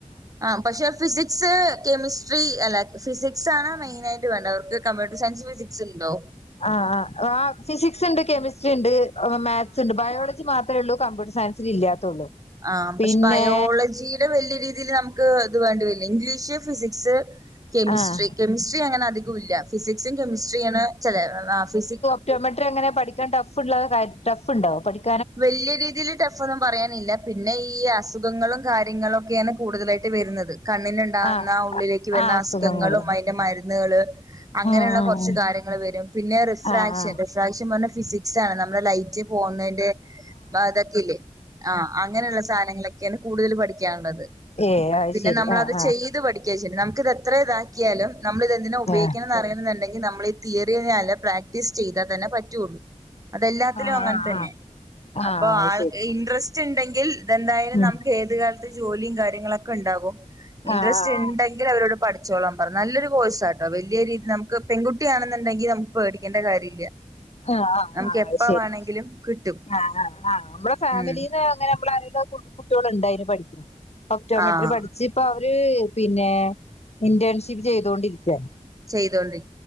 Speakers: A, on the right; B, on the left.
A: ആഹ് പക്ഷെ ഫിസിക്സ് കെമിസ്ട്രി അല്ല ഫിസിക്സ് ആണ് മെയിനായിട്ട് വേണ്ടത് അവർക്ക്- കമ്പ്യൂട്ടർസയസില് ഫിസിക്സ് ഇണ്ടോ?
B: ആഹ് ആഹ് ആ ഫിസിക്സ്ണ്ട് കെമിസ്ട്രിണ്ട് ആ മാതസ് ഇണ്ട് ബയോളജി മാത്രേ ഉള്ളൂ കമ്പ്യൂട്ടർ- സയൻസില് ഇല്ലാത്തുള്ളൂ.
A: ആ പക്ഷെ
B: പിന്നെ
A: ബയോളജീടെ വല്ലിയ രീതില് നമ്ക്ക് ഇത് വേണ്ടി വരില്ല ഇംഗ്ലീഷ് ഫിസിക്സ്- കെമിസ്ട്രി
B: ആഹ്
A: കെമിസ്ട്രി അങ്ങനെ അധികല്ല ഫിസിക്സും കെമിസ്ട്രിയാണ് ചെല ഫിസിക്-
B: റ്റൊമട്രെറ്ങ്ങനെ പഠിക്കാൻ ടഫ്ള്ളകാര്യ ടഫ്ണ്ടൊ പഠി-
A: വല്ലിയ രീതീല്- മറ്റു അസുഖം പറയാനില്ല പിന്നെ ഈ അസുഖങ്ങളും കാര്യങ്ങളൊക്കെയാണ് കൂടുതലായിട്ട് വരുന്നത്. കണ്ണിന് ഉണ്ടാവുന്ന
B: ആഹ്
A: ഉള്ളിലേക്ക് വരുന്ന
B: ആഹ് അസുഖങ്ങള്
A: അസുഖങ്ങളും അയിന്റ മരുന്ന്കള്- അങ്ങനെള്ള
B: ഉം ഉം
A: കൊറച്ച്
B: ഉം
A: കാര്യങ്ങള് വരും പിന്നെ റിഫ്രാക്ഷൻ
B: ആഹ് ആഹ്
A: റിഫ്രാക്ഷൻ പറഞ്ഞ ഫിസിക്സാണ് നമ്മടെ ലൈറ്റ്- റ്റ് പോനെന്റയ് ആഹ് അതൊക്കയില്ലേ ആഹ് അങ്ങനെയുള്ള സാധനങ്ങളൊക്കെയാണ് കൂടുതല് പഠിക്കാനുള്ളത്
B: ഏഹ് അത്
A: പിന്നെ
B: ശരി
A: നമ്മളത്
B: ആഹ് ആഹ്
A: ചെയ്ത് പഠിക്കുവാ ചെയ്യല് നമ്മക്ക് ഇത് എത്ര ഇതക്കിയാലും നമ്മള് ഇത്‌ എന്തിനാ ഉപയോഗിക്കണംന്നറിയണന്ന്-
B: ആഹ്
A: അല്ലെങ്കി നമ്മളീ തിയറിയഴിഞ്ഞാല് പ്രാക്ടീസ് ചെയ്താ തന്നെ പറ്റൊള്ളൂ അതെല്ലാത്തിലും
B: ആഹ്
A: അങ്ങനെ തന്നെ
B: ആഹ് ആഹ്
A: അപ്പൊ
B: അത്
A: ആൾ
B: ശരി
A: ഇൻട്രസ്റ്റ് ഇൻസ്റ്റ്ണ്ടെങ്കിൽ എന്തായാലും
B: ഉം
A: നമുക്കേത് കാലത്ത് ജോലിയും കാര്യങ്ങളൊക്കെയിണ്ടാകും. ഇൻറസ്റ്റ്ണ്ടെങ്കിലവരോട്
B: ആഹ് ആഹ്
A: പഠിച്ചോളാം പറ നല്ലൊരു കോഴ്സാട്ടോ വല്ലിയ രീതില് നമക്ക്- പെങ്കുട്ടിയാണ് എന്ന്ണ്ടെങ്കി- പേടിക്കെണ്ട കാര്യയില്ല
B: ആഹ് ആഹ്
A: നമക്ക്
B: ആഹ്
A: എപ്പ
B: അത് ശരി
A: വേണെങ്കിലും കിട്ടും
B: ആഹ് ആഹ് ആഹ് നമ്മള് ഫാമിലിന്ന്
A: ഉം
B: അങ്ങനെ നമ്മളറിയിണ കുട്യോള് ഉണ്ടായിന് പാടി <unintelligible> ക്കിണ് കുട്ടികൾ ഉണ്ടായിന് ഒപ്പ്റ്റോമെട്രിപഠിച്ച്
A: ആഹ്
B: ഇപ്പവര് പിന്നെ ഇന്റേൺഷിപ്പ് ചെയ്തോണ്ടിരിക്കാണ്.
A: ചെയ്തൊണ്ടേ